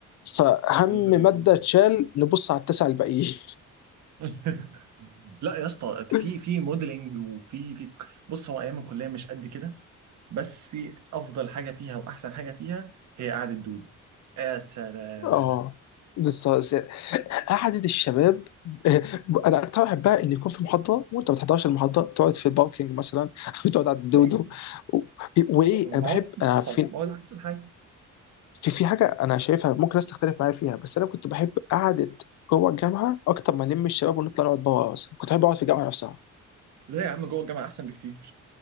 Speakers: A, on the left (about 65°); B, on the right (about 70°).
A: فهم
B: الحمد لله
A: ماده اتشال نبص على التسعه الباقيين
B: <laughs> لا يا اسطى في
A: <laughs>
B: في موديلنج وفي في بص هو ايام الكليه مش قد كده بس افضل حاجه فيها واحسن حاجه فيها هي قعده دودو يا سلام
A: اه بس قعدة الشباب <laughs> انا اكتر واحد بحبها ان يكون في محاضره وانت ما بتحضرش المحاضره بتقعد في الباركينج مثلا <laughs> بتقعد على الدودو
B: ايوه
A: و- وايه
B: ما
A: انا بحب
B: هو ده اللي
A: انا
B: بيحصل
A: عارفين
B: ما هو ده احسن حاجه
A: في في حاجه انا شايفها ممكن ناس تختلف معايا فيها بس انا كنت بحب قعده جوه الجامعه اكتر ما نلم الشباب ونطلع نقعد بره مثلا كنت بحب اقعد في الجامعه نفسها
B: لا يا عم جوه الجامعه احسن بكتير